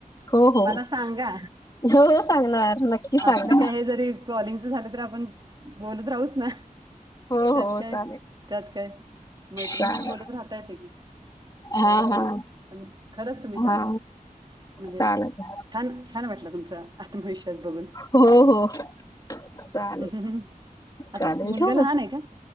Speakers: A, on the left; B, on the right.
A: हो हो
B: मला सांगा
A: हो सांगणार नक्की सांगणार
B: आपलं काय हे जरी कॉलिंग झालं तर आपण बोलत राहूच ना.
A: हो
B: त्यात
A: हो
B: काय
A: चालेल
B: त्यात काय मैत्रिणी
A: चालेल
B: म्हणून बोलत राहता येते की
A: हा
B: एवढं काय
A: हा
B: ना पण खरंच तुम्ही खरं.
A: हा
B: म्हणजे
A: चालेल
B: छान छान वाटला तुमचा आत्मविश्वास बघून
A: हो हो <unintelligible>
B: हम् ह् ह्
A: चालेल
B: आता मुलगा
A: ठेवू
B: लहान आहे का?